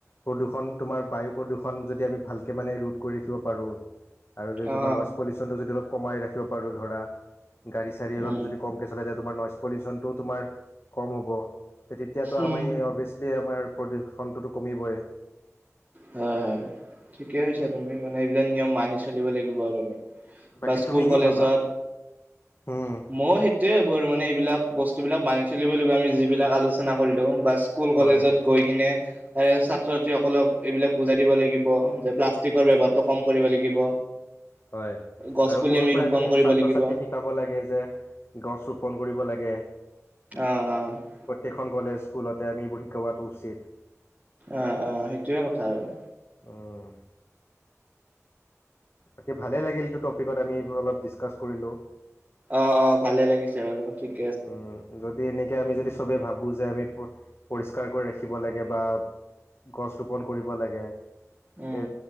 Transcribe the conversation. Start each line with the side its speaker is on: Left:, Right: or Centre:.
Left: প্ৰদূষণ তোমাৰ বায়ু প্ৰদূষণ যদি আমি ভালকৈ মানে ৰোধ কৰি ৰাখিব পাৰোঁ। আৰু যদি
Right: অ
Left: তোমাৰ নইচ পলিউশ্যনটো যদি অলপ কমাই ৰািবাৰোঁ ধৰা গাড় চড়ী অলপ
Right: উম
Left: যদি কমকে চলায়। তোমাৰ নইজ পলিউচনটোও তোমাৰ, কম হ'ব তেতিয়াতো আমি
Right: উম
Left: অভিয়াচলি আমাৰ। প্ৰদূষণটোতো কমিবই।
Right: হয় হয় ঠিকে কৈছা তুমি মানে এইবিলাক নিয়ম মানি চলিব লাগিব আৰু, আমি বা
Left: বাকী
Right: স্কুল
Left: তুমি
Right: কলেজত।
Left: কি ভাবা উম
Right: মই সেইটোয়ে' বাৰ মানে এইবিলাক। বস্তুবিলাক মানি চলিব লগ আমি যিবিলাক আলোচনা কৰিলো বা স্কুল কলেজত
Left: হয়
Right: গৈ কিনে- তাৰে ছাত্ৰ -ছাত্ৰীসকলক এইবিলাক বুজাই দিব লাগিব যে, প্লাষ্টিকৰ বৱহাৰটো কম কৰিব লাগিব।
Left: হয়
Right: গছ
Left: আৰু
Right: পুলি
Left: সৰু পৰা
Right: ৰোপন
Left: আমি
Right: কৰিব
Left: ছাত্ৰ
Right: লাগিব
Left: ছাত্ৰী
Right: অ
Left: শিকাব লাগে যে গছ ৰোপন কৰিব লাগে। এ,
Right: অ অ
Left: প্ৰত্যেকখন কলেজ স্কুলতে আমিবোৰ শিকোৱাটো উচিত।
Right: অ অ সেইটোৱে কথা আৰু।
Left: অঁ। বাকী ভালে লাগিলটো টপিকত আমি অলপ ডিচকাচ কৰিলোঁ।
Right: অ অ ভালে লাগিছে বাৰু ঠিক -
Left: উম যদি এনে- আমি যদি সবেই ভাবোঁ যে আমি পৰিষ্কাৰ কৰি ৰাখিব লাগে বা গছ ৰোপন কৰিব লাগে
Right: উম
Left: ভে